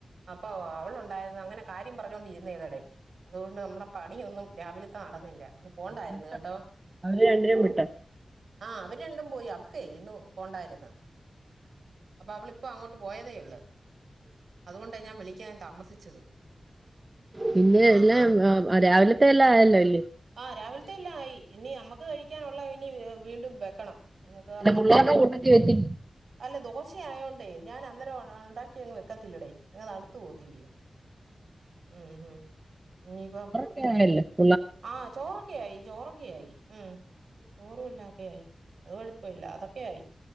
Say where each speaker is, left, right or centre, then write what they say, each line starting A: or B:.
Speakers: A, on the right; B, on the right.
A: അപ്പാ അ അവളുണ്ടായിര്ന്ന അങ്ങനെ കാര്യം പറഞ്ഞൊണ്ടിരുന്നേന്നടെ. അതുകൊണ്ട് നമ്മുടെ പണിയൊന്നും രാവിലത്തെ നടന്നില്ല. ഇന്ന് പോണ്ടായിരുന്നു
B: വിട്ടോ
A: കെട്ടോ.
B: അവര് രണ്ടിനും വിട്ടോ
A: ആഹ്. അവര് രണ്ടും പോയി. അവക്കെ ഇന്ന് പോണ്ടായിര്ന്ന് അപ്പൊ അവള് പ്പോ അങ്ങോട്ട് പോയതേയുള്ളൂ. അതുകൊണ്ടാ ഞാൻ വിളിക്കാൻ താമസിച്ചത്.
B: പിന്നെ.
A: ആ
B: എല്ലാം
A: ഹാ
B: അ രാവിലത്തെ എല്ലാം ആയല്ലോ ല്ലേ?
A: ആ രാവിലത്തെ എല്ലാ ആയി. ഇനി നമ്മക്ക് കഴിക്കാനുള്ള ഇനി വീണ്ടും വെക്കണം. മു കേറണം.
B: അല്ല പിള്ളേരുടെ കൂട്ടത്തി വെച്ചി
A: അല്ല ദോശയായോണ്ടേ ഞാൻ അന്നേരം ഉണ ഉണ്ടാക്കി അങ്ങ് വെക്കത്തില്ലടേ. അങ്ങെ തണത്ത് പോയിത്തില്ലയോ? ഉം ഉം ഇനിയിപ്പം
B: <unintelligible> ല്ല.
A: ആഹ്. ചോറൊക്കെ ആയി ചോറൊക്കെ ആയി ഉം ചോറും എല്ലാരുടേ ആയി. അത് കൊഴപ്പല്ല. അതൊക്കെ ആയി.